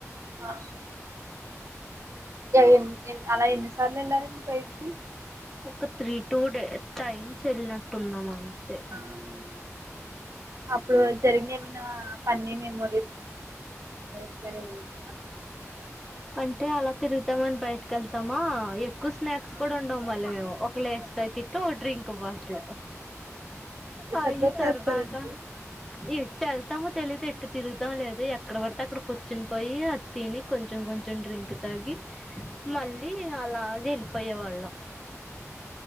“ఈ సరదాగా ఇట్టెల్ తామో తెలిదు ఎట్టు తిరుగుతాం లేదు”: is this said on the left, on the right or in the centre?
Centre